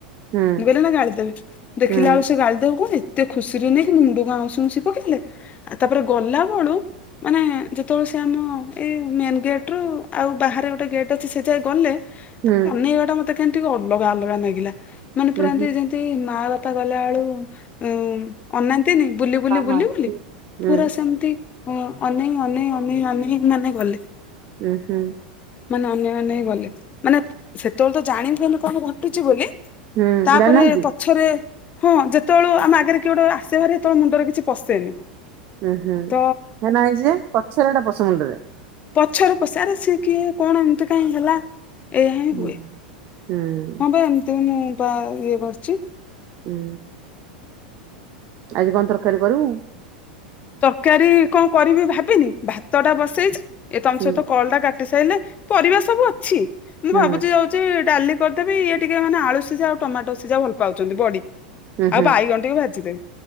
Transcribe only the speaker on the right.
ହୁଁ
ହୁଁ
ହ <inaudible>
ହୁଁ
ହଁ
ହଁ
ହଁ
ହୁଁ ହୁଁ
ହୁଁ ହୁଁ।
ହୁଁ
ଜାଣିନାହାନ୍ତି
ହୁଁ ହୁଁ
ହେ ନାଇଁ ଯେ ପଛରେ ହେଟା ମଣ୍ଡରେ।
ହୁଁ।
ହୁଁ ଆଜି କଣ ତରକାରୀ କରିବୁ?
ହୁଁ
ହୁଁ
ହୁଁ ହୁଁ